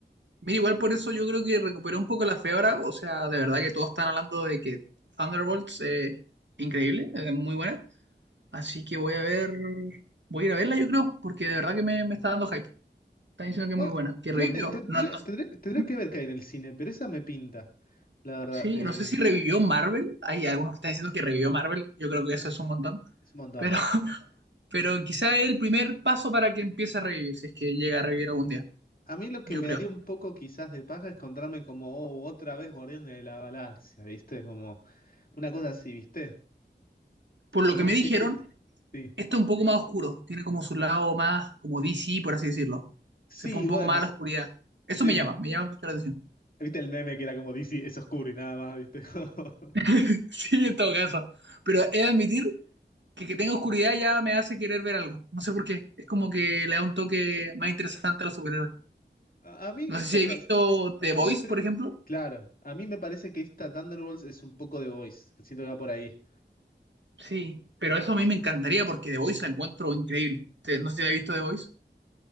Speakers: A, on the right; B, on the left.
A: Mira, igual por eso yo creo que recuperó un poco la fiebre, o sea, de verdad que todos están hablando de que Thunderbolts es increíble, es muy buena, así que voy a ver, voy a ir a verla yo creo, porque de verdad que me, me está dando hype. Están diciendo que
B: Bueno,
A: es muy buena, que
B: yo
A: revivió.
B: me- tendré,
A: No, no,
B: tendré- tendré
A: ¿Mm?
B: que ver qué hay en el cine, pero esa me pinta, la verdad.
A: sí,
B: eh,
A: no sé si revivió Marvel, hay algunos que están diciendo que revivió Marvel, yo creo que
B: bueno,
A: eso es un montón.
B: es un montón.
A: Pero Pero quizá es el primer paso para que empiece a revivir, si es que llega a revivir algún día,
B: A mí lo que
A: yo
B: me
A: creo.
B: daría un poco quizás de paja es encontrarme como, oh, otra vez Guardián de la Galaxia, ¿viste? Como una cosa así, ¿viste?
A: Por
B: Como
A: lo que
B: una
A: me
B: especie...
A: dijeron,
B: Sí.
A: esto es un poco más oscuro, tiene como su lado más, como DC, por así decirlo.
B: Sí,
A: Se fue un poco
B: bueno,
A: más a la oscuridad. Eso
B: sí.
A: me llama, me llama mucho la atención.
B: ¿Viste el meme que era como DC, es oscuro y nada más, ¿viste? <laughs>
A: <laughs> Sí, en todo caso. Pero he de admitir que que tenga oscuridad ya me hace querer ver algo. No sé por qué. Es como que le da un toque más interesante a los superhéroes.
B: A, a mí
A: No
B: eso,
A: sé si he
B: yo,
A: visto The
B: yo
A: Voice,
B: lo espero
A: por
B: que...
A: ejemplo.
B: Claro, a mí me parece que esta Thunderbolts es un poco de Voice, siento que va por ahí.
A: Sí, pero eso a mí me encantaría porque The Voice la encuentro increíble. Te- No sé si has visto The Voice.